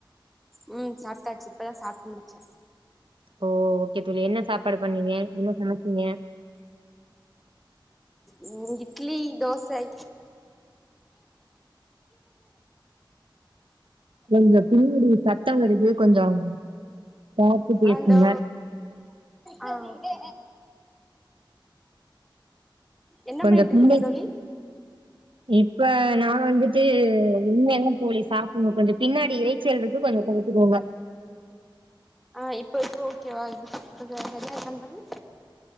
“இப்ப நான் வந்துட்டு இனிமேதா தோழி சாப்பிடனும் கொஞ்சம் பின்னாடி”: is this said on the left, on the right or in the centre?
Right